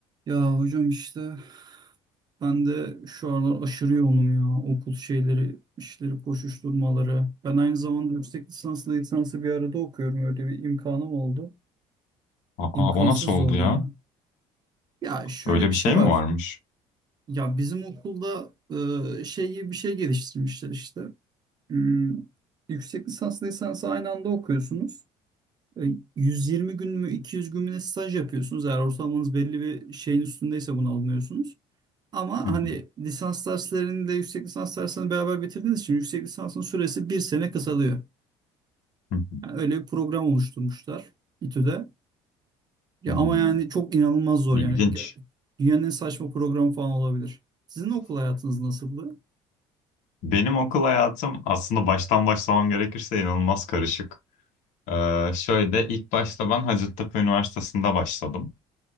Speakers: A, on the right; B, on the left.
A: Ya hocam işte ben de şu aralar aşırı yoğunum ya. Okul şeyleri, işleri, koşuşturmaları. Ben aynı zamanda yüksek lisansla lisansı bir arada okuyorum. Öyle bir imkanım oldu.
B: Aa,
A: İmkansız
B: o nasıl oldu
A: zor
B: ya?
A: ya. Ya şöyle
B: Öyle
A: bir
B: bir
A: şey
B: şey
A: var.
B: mi varmış?
A: Ya bizim okulda e, şey gibi bir şey geliştirmişler işte. Hmm, yüksek lisansla lisansı aynı anda okuyorsunuz. E, 120 gün mü 200 gün mü ne staj yapıyorsunuz. Eğer ortalamanız belli bir şeyin üstündeyse bunu almıyorsunuz. Ama
B: Hı hı,
A: hani lisans dersleriyle yüksek lisans derslerini beraber bitirdiğiniz için yüksek lisansın süresi bir sene kısalıyor.
B: hı hı.
A: Yani öyle bir program oluşturmuşlar İTÜ'de. Ya
B: Hmm,
A: ama yani çok inanılmaz zor
B: İlginç.
A: yani. Ge- Dünyanın en saçma programı falan olabilir. Sizin okul hayatınız nasıldı?
B: Benim okul hayatım aslında baştan başlamam gerekirse inanılmaz karışık. Ee, şöyle ilk başta ben Hacettepe Üniversitesi'nde başladım.